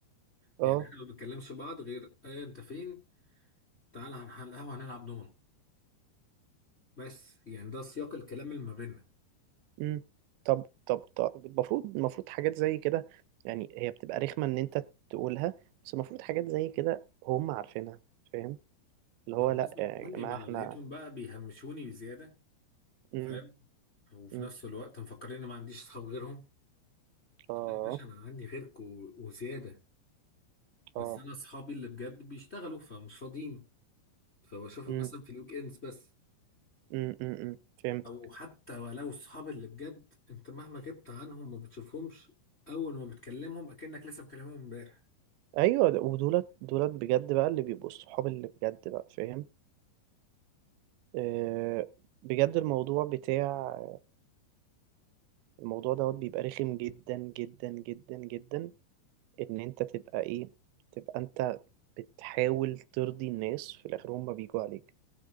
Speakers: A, on the left; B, on the right.
A: يعني
B: أه
A: احنا ما بنتكلمش بعض غير ايه انت فين تعالى هنروح على القهوه هنلعب دومينو بس يعني ده سياق الكلام اللي ما بيننا
B: مم. طب طب طب المفروض المفروض حاجات زي كده يعني هي بتبقى رخمة إن أنت تقولها بس المفروض حاجات زي كده هم عارفينها فاهم؟ اللي
A: مع
B: هو
A: الناس
B: لا
A: من
B: يا
A: عني
B: جماعة
A: ما انا
B: إحنا
A: لقيتهم بقى بيهمشوني بزياده
B: مم.
A: فاهم وفي
B: مم.
A: نفس الوقت مفكرين ان ما عنديش اصحاب غيرهم
B: اه
A: يا باشا انا عندي غيرك و- وزياده بس
B: اه
A: انا اصحابي اللي بجد بيشتغلوا فمش فاضيين فبشوفهم
B: امم
A: مثلا في الويك اندز بس
B: امم امم فهمتك
A: او حتى ولو الصحاب اللي بجد انت مهما غبت عنهم ما بتشوفهمش اول ما بتكلمهم اكنك لسه مكلمهم امبارح
B: ايوه ودولت دولت بجد بقى اللي بيبقوا الصحاب اللي بجد بقى فاهم آه بجد الموضوع بتاع الموضوع دوت بيبقى رخم جدا جدا جدا جدا ان انت تبقى ايه تبقى انت بتحاول ترضي الناس في الاخر هم بيجوا عليك